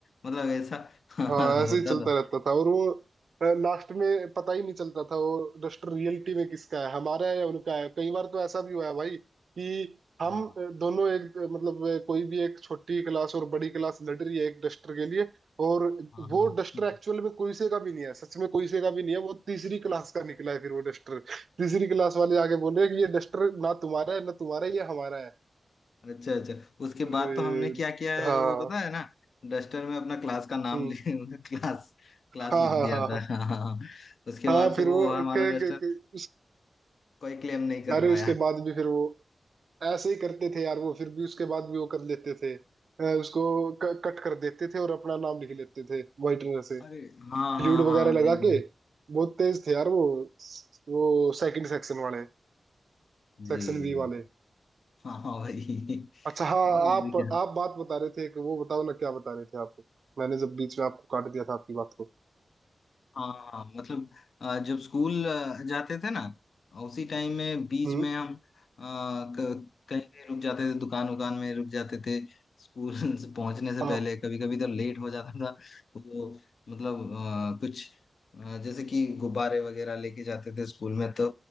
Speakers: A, on the left; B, on the right.
A: मतलब ऐसा <laughs>
B: हाँ ऐसे
A: होता
B: ही चलता
A: था
B: रहता था और वो लास्ट में पता ही नहीं चलता था वो डस्टर रियलिटी में किसका है हमारा है या उनका है कई बार तो ऐसा भी हुआ है भाई कि हम
A: हाँ
B: अ, दोनों एक अ, मतलब अ, कोई भी एक छोटी क्लास और बड़ी क्लास लड़ रही है एक डस्टर के लिए और
A: हाँ
B: वो
A: हाँ।
B: डस्टर एक्चुअल में कोई से का भी नहीं है सच में कोई से का भी नहीं है वो तीसरी क्लास का निकला है फिर वो डस्टर तीसरी क्लास वाले आगे बोल रहे हैं कि ये डस्टर ना तुम्हारा है ना तुम्हारा है, ये हमारा है
A: अच्छा अच्छा उसके
B: और
A: बाद तो हमने क्या किया है
B: अ, हाँ
A: वो पता है ना डस्टर में अपना क्लास का नाम
B: हम्म
A: लिख <laughs> क्लास क्लास
B: हाँ
A: लिख
B: हाँ
A: दिया
B: हाँ
A: था
B: हाँ
A: <laughs> हाँ उसके
B: हाँ
A: बाद से
B: फिर वो
A: वो हमारा
B: के,
A: डस्टर
B: के, के, उस,
A: कोई क्लेम नहीं कर
B: अरे
A: पाया
B: उसके बाद भी फिर वो ऐसे ही करते थे यार वो फिर भी उसके बाद भी वो कर लेते थे अ, उसको क, कट कर देते थे और अपना नाम लिख लेते थे व्हाइटनर से
A: अरे हाँ हाँ
B: फ्लूइड
A: हाँ
B: वगैरह लगा
A: वही वही
B: के बहुत तेज थे यार वो वो सेकंड सेक्शन वाले
A: जी
B: सेक्शन बी
A: जी
B: वाले
A: हाँ हाँ भाई
B: अच्छा हाँ
A: हाँ, वो
B: आप
A: भी क्या
B: आप बात बता रहे थे कि वो बताओ ना क्या बता रहे थे आप मैंने जब बीच में आपको काट दिया था आपकी बात को
A: हाँ हाँ, मतलब अ, जब स्कूल अ, जाते थे ना उसी टाइम में बीच
B: हम्म
A: में हम अ, क- कहीं कहीं रुक जाते थे दुकान उकान में रुक जाते थे स्कूल <laughs> से पहुंचने से
B: हाँ
A: पहले कभी कभी तो लेट हो जाता था वो मतलब अ, कुछ अ, जैसे कि गुब्बारे वगैरह लेके जाते थे स्कूल में तो